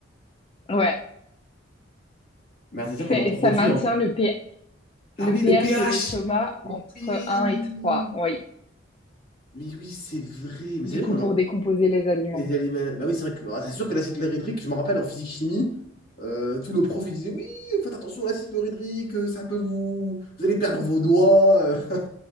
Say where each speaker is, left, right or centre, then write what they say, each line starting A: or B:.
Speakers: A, on the left (about 30°); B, on the left (about 50°).
A: Ouais.
B: Mais c'est-à-dire
A: C'est-
B: qu'on en produit
A: ça maintient
B: en...
A: le, P-
B: Ah
A: le
B: oui,
A: pH
B: le pH!
A: de l'estomac
B: Mais
A: entre
B: oui!
A: un et 3. Oui.
B: Mais oui, c'est vrai. Mais
A: Du
B: c'est-à-dire
A: coup,
B: qu'on
A: pour
B: en...
A: décomposer les aliments.
B: Il y a les mêmes- Bah oui, c'est vrai que... ah, c'est sûr que l'acide chlorhydrique, je me rappelle en physique-chimie, euh, tout le prof il disait, oui, faites attention à l'acide chlorhydrique, euh, ça peut vous... Vous allez perdre vos doigts. euh. <laughs>